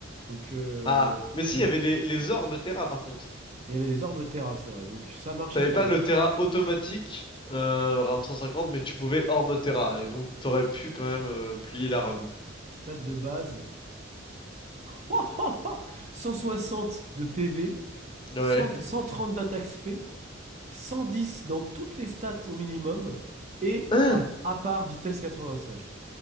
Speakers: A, on the right; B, on the left.
A: Donc, euh,
B: Ah, mais si,
A: ça
B: il
A: veut-
B: y avait les, les orbes Terra, par contre.
A: il y avait les orbes terras, c'est vrai. Donc, ça marchait
B: T'avais
A: quand
B: pas
A: même.
B: le Terra automatique, euh, round 150, mais tu pouvais orbe Terra, et donc t'aurais pu quand même euh, plier la run.
A: Stade de base. <laughs> 160 de PV,
B: Ouais.
A: 100 130 d'attaque spé, 110 dans toutes les stats au minimum, et
B: Hein
A: à, à part vitesse 85.